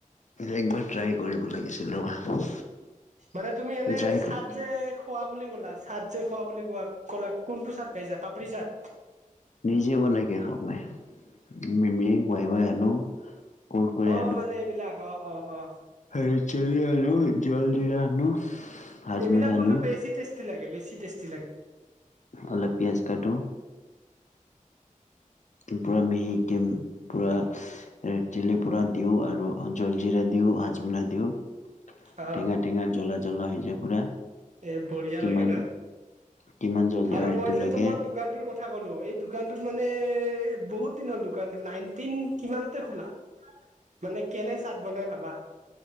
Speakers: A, on the left (about 60°); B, on the right (about 60°).
A: একবাৰ ট্ৰাই কৰিব লাগিছিল ৰ'বা।
B: মানে তুমি এনে
A: ট্ৰাই
B: চাদ যে খোৱা বুলি ক'লা, চাট যে খোৱা বুলি কোৱা ক'লা কোনটো চাট খাইছা পাপৰি চাট,
A: যি বনাইকে খাওঁ মই মিমি উৱাই উৱাই আনো। কুৰকুৰে
B: অ মানে এইবিলাক অ অ অ,
A: ৰেদ চিলি আনো জল জিৰা আনো। হাজমোলা
B: এইবিলাক কিন্তু
A: আনো
B: বেছি টেষ্টি লাগে বেছি টেষ্টি লাগে।
A: অলপ পিঁয়াজ কাটো, পূৰা মিহিকে উম, পুৰা ৰেদ চিলি পুৰা দিওঁ আৰু জলজিৰা দিওঁ হাজমলা দিওঁ,
B: অ
A: টেঙা টেঙা জ্বলা জলা হৈজাই পুৰা।
B: এ বঢ়িয়া
A: কিমান
B: লাগে না
A: কিমান জলা
B: আৰু
A: এটো
B: মই যে
A: লাগে।
B: তোমাক দোকানটোৰ কথা ক'লো এই দোকানটোত মানে বহুত দিনৰ, দোকানতো নাইনটিন কিমানতে খোলা মানে কেনে চাট বনাই ভাবা।